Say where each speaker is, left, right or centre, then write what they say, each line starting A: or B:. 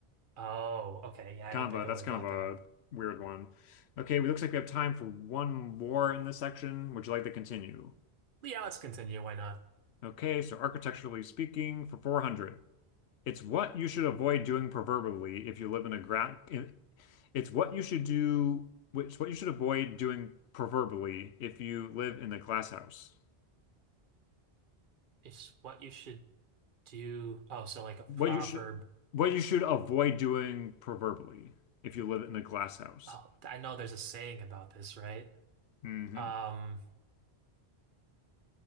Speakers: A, on the right; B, on the left.
A: Oh, okay. Yeah, I
B: Kind
A: don't think
B: of a
A: I
B: that's
A: would have
B: kind
A: got
B: of a
A: that.
B: weird one. Okay, it looks like we have time for one more in this section. Would you like to continue?
A: Yeah, let's continue. Why not?
B: Okay, so architecturally speaking, for 400, it's what you should avoid doing proverbially if you live in a ground. It's what you should do, which what you should avoid doing proverbially if you live in a glass house.
A: It's what you should do. Oh, so like a proverb.
B: what you should what you should avoid doing proverbially if you live in a glass house.
A: Oh, I know there's a saying about this, right?
B: hmm
A: Um,